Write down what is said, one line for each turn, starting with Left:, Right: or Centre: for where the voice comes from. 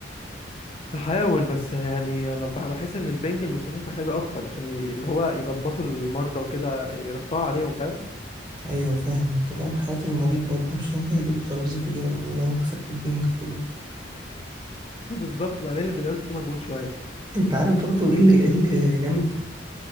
Left: هحاول بس يعني انا بح- بحس ان البنج المستشفيات محتاجه اكتر عشان ي... اللي هو يظبطوا المرضى وكده يرفعوا عليهم فاهم
Right: أيوة فاهم أنت فاهم حياة المريض برضه مش هينفع يجيب له ترابيزة بلياردو لو أنت خدت البنج كله
Left: <laughs> بالظبط بعدين البلياردو فيه مجهود شويه
Right: انت عارف برضو ايه اللي ايه اللي جامد